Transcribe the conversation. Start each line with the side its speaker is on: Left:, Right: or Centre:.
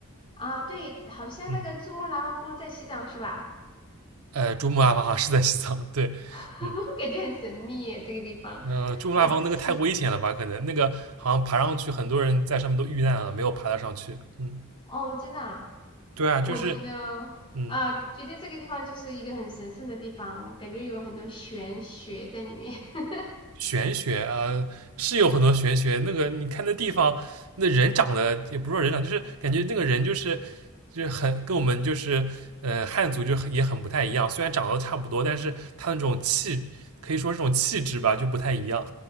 Left: 啊，对，好像那个珠穆朗玛峰在西藏是吧？
Right: 嗯，呃，珠穆朗玛峰好像是在西藏，对，
Left: <laughs>
Right: 嗯，
Left: 感觉很神秘耶这个地方。
Right: 呃，珠穆朗玛峰那个太危险了吧？
Left: 我之前
Right: 可能那个好像爬上去，很多人在上面都遇难了，没有爬得上去。嗯，
Left: 哦，真的啊
Right: 对啊，
Left: 我觉得啊，
Right: 就是嗯。
Left: 觉得这个地方就是一个很神圣的地方，感觉有很多玄学在里面。<laughs>
Right: 玄学啊，是有很多玄学。那个你看那地方，那人长得也不是说人长，就是感觉那个人就是就是很跟我们就是呃汉族就很也很不太一样。虽然长得都差不多，但是他那种气可以说这种气质吧就不太一样。